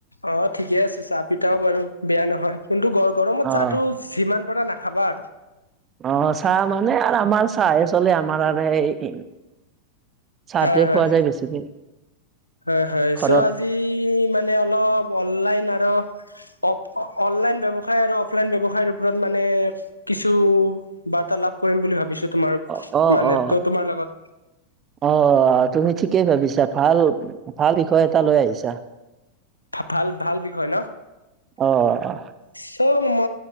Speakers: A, on the left; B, on the right.
A: অ ঠিকে আছে চাহ পিঠাও বাৰু বেয়া নহয় কিন্তু গ গৰমত
B: অ
A: চাহটো যিমান পাৰা নাখ খাবা।
B: আহ চাহ মানে আৰু আমাৰ চাহ চলে আমাৰ আৰু এই, চাহতোৱে
A: আৰু হয় হয়
B: খোৱা যায় বেছিকে।
A: হয় হয়
B: ঘৰত
A: চ আজি মানে অলপ অনলাইন আৰু অ অনলাইন ব্যৱসায় আৰু অফলাইন ব্যৱসায়ৰ ওপৰত মানে কিছু, বাৰ্তা লাভ কৰিম বুলি ভাবিছো। তোমাৰ
B: অ অ
A: মানে
B: অ
A: ত তোমাৰ লগত
B: অ তুমি ঠিকেই ভাবিছা ভাল। উ ভাল বিষয় এটা লৈ আহিছা।
A: ভাল ভাল বিষয় ন
B: অ অ
A: চ ম